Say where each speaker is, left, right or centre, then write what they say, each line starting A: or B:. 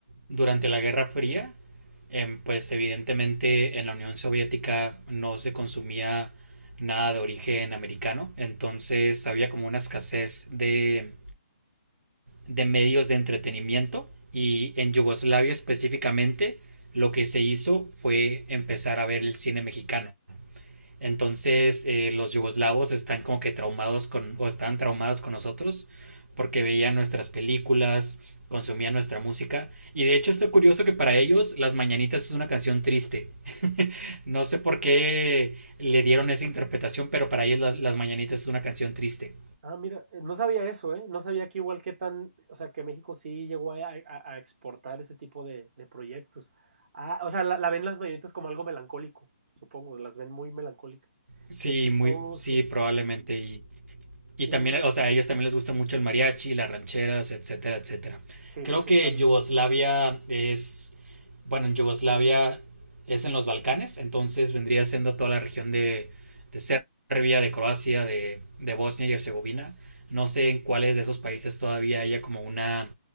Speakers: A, on the right; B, on the right.
A: durante la Guerra Fría, em, pues evidentemente en la Unión Soviética no se consumía nada de origen americano, entonces había como una escasez de, de medios de entretenimiento y en Yugoslavia específicamente lo que se hizo fue empezar a ver el cine mexicano. Entonces eh, los yugoslavos están como que traumados con, o estaban traumados con nosotros porque veían nuestras películas, consumían nuestra música. Y de hecho está curioso que para ellos Las Mañanitas es una canción triste. <laughs> no sé por qué le dieron esa interpretación, pero para ellos Las, Las Mañanitas es una canción triste.
B: Ah, mira, eh, no sabía eso, ¿eh? No sabía que igual que tan, o sea, que México sí llegó a, a- a exportar ese tipo de, de proyectos. Ah, o sea, la, la ven las mañanitas como algo melancólico, supongo, las ven muy melancólicas.
A: Sí,
B: Qué chistoso.
A: muy, sí, probablemente. Y
B: Sí,
A: Y también, o sea, a ellos también les gusta mucho el mariachi, las rancheras, etcétera, etcétera.
B: sí,
A: Creo
B: porque
A: que
B: están.
A: Yugoslavia es, bueno, en Yugoslavia es en los Balcanes, entonces vendría siendo toda la región de, de Serbia, de Croacia, de, de Bosnia y Herzegovina. No sé en cuáles de esos países todavía haya como una